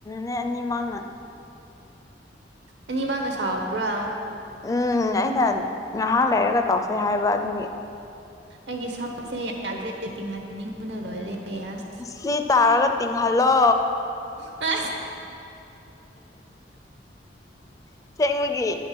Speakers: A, on the left; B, on the right.
A: ꯅꯦꯅꯤ ꯃꯥꯡꯅ
B: ꯑꯅꯤꯃꯥꯡꯅ ꯁꯥꯎꯕ꯭ꯔꯥ
A: ꯎꯝ ꯑꯩꯅ ꯉꯥꯏꯍꯥꯛ ꯂꯩꯔꯒ ꯇꯧꯁꯦ ꯍꯥꯏꯕ ꯑꯗꯨꯒꯤ
B: ꯑꯩꯒꯤ ꯁꯥꯎꯟꯁꯦ ꯌꯥꯗ꯭ꯔꯦ ꯔꯦꯇꯤꯡꯍꯍꯅꯤꯡꯕꯅ ꯂꯣꯏꯔꯦ ꯌꯥꯁ
A: ꯁꯤ ꯇꯥꯔꯒ ꯇꯤꯡꯍꯜꯂꯣ
B: ꯑ
A: ꯑꯁꯦꯡꯕꯒꯤ